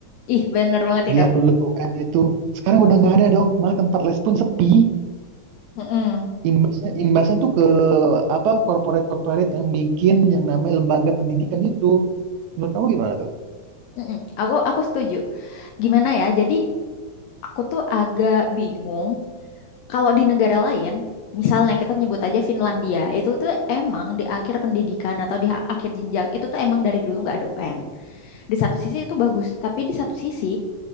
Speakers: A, on the left (about 75°); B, on the right (about 80°).
A: Ih, bener banget itu.
B: biar lulus UN itu. Sekarang udah nggak ada dong, malah tempat les pun sepi.
A: Mm-mm.
B: Imbasnya imbasnya tuh ke apa corporate-corporate yang bikin yang namanya lembaga pendidikan itu. Menurut kamu gimana tuh?
A: Mm-mm. Aku, aku setuju. Gimana ya? Jadi aku tuh agak bingung kalau di negara lain, misalnya kita nyebut aja Finlandia, itu tuh emang di akhir pendidikan atau di ha- akhir jenjang itu tuh emang dari dulu nggak ada UN. di satu sisi itu bagus, tapi di satu sisi